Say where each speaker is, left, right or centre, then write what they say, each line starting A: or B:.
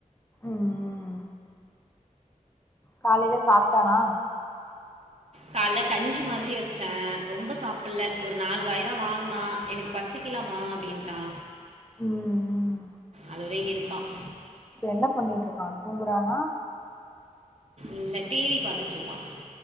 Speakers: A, on the left; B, on the right.
A: ம் ம் காலையில சாப்ட்டானா
B: கால்ல கஞ்சி மாதிரி வச்சே ரொம்ப சாப்பல்ல ஒரு நாலு வாயி தா வாங்கனா எனக்கு பசிக்கலமா அப்டின்ட்டா
A: ம் ம்
B: அதோட இருக்கான்
A: இப்ப என்ன பண்ணிட்டு இருக்கா தூங்கறானா
B: இல்ல டிவி பாத்துட்டு இருக்கான்